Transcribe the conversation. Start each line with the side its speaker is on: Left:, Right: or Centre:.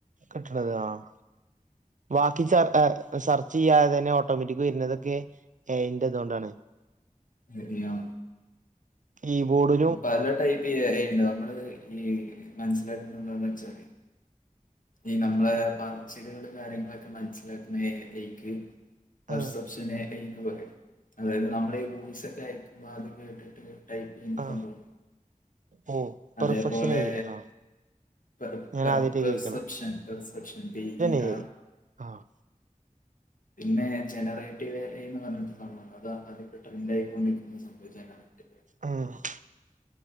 Right: കിട്ടണത് ആഹ് ബാക്കി ചർ ആഹ് സെർച്ച് ചെയ്യാതെ തന്നെ ഓട്ടോമാറ്റിക് വരുന്നതൊക്കെ എന്റതുകൊണ്ടാണ്
Left: ഹെവിയാണ്
Right: കീബോർഡ്
Left: പല ടൈപ്പ് എ ഐ ഉണ്ട് നമ്മള് ഈ മനസ്സിലാക്കണ എന്താന്ന് വെച്ചാല് ഈ നമ്മളെ പറച്ചില് കള് കാര്യങ്ങളൊക്കെ മനസ്സിലാക്കുന്ന എ ഐ യ്ക്ക് പെർസെപ്ഷൻ
Right: ആഹ്
Left: എ ഐ എന്ന് പറയും. അതായത് നമ്മള ഈ വോയിസ് ഒക്കെ അയക്കുമ്പോ അത് കേട്ടിട്ട് ടൈപ്പ് ചെയുന്ന
Right: ആഹ്
Left: സംഭവം
Right: ഓ
Left: അതേപോലെ
Right: പെർഫെക്ഷൻ എ ഐ ആഹ്
Left: പെർ
Right: ഞാൻ
Left: പെർ
Right: ആദ്യായിട്ടാ
Left: perception
Right: കേക്കണെ
Left: perception P E
Right: A
Left: R
Right: I ആഹ്
Left: പിന്നെ ജനറേറ്റീവ് എ ഐ എന്ന് പറഞ്ഞിട്ടൊരു സംഭവം അതാ അതിപ്പോ ട്രെൻഡ് ആയിക്കൊണ്ടിരിക്കുന്ന <unintelligible>
Right: ആഹ്